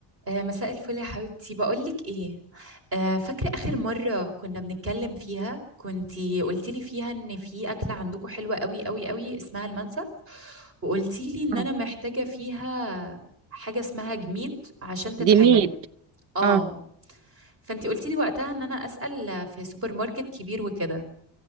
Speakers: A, on the right (about 30°); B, on the right (about 70°).
A: آه، مساء الفل يا حبيبتي بقولك ايه آه، فاكرة آخر مرة كنا بنتكلم فيها كنتي قلتيلي فيها ان في أكلة عندكم حلوة قوي قوي قوي اسمها المنسف وقلتيلي ان
B: آه.
A: انا محتاجة فيها حاجة اسمها جميد عشان تتعمل
B: ديميد
A: اه
B: اه
A: فانتي قلتيلي وقتها ان انا أسأل في سوبر ماركت كبير وكده